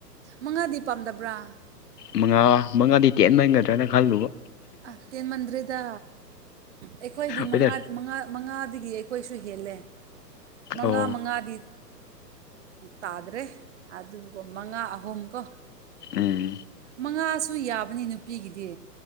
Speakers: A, on the right; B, on the left.
A: ꯃꯉꯥꯗꯤ ꯄꯥꯝꯗꯕ꯭ꯔꯥ
B: ꯃꯉꯥ ꯃꯉꯥꯗꯤ ꯇꯦꯟꯃꯟꯒꯗ꯭ꯔꯥꯅ ꯈꯜꯂꯨꯕ
A: ꯑ ꯇꯦꯟ ꯃꯟꯗ꯭ꯔꯦꯗ ꯑꯩꯈꯣꯏꯗꯤ
B: ꯍꯣꯏꯗ
A: ꯃꯉꯥ ꯃꯉꯥ ꯑꯗꯨꯒꯤ ꯑꯩꯈꯣꯏꯁꯨ ꯍꯦꯜꯂꯦ ꯃꯉꯥ
B: ꯑꯣ
A: ꯃꯉꯥꯗꯤ ꯇꯥꯗ꯭ꯔꯦ ꯑꯗꯨꯒ ꯃꯉꯥ ꯑꯍꯨꯝ ꯀꯣ
B: ꯎꯝ
A: ꯃꯉꯥꯁꯨ ꯌꯥꯕꯅꯤ ꯅꯨꯄꯤꯒꯤꯗꯤ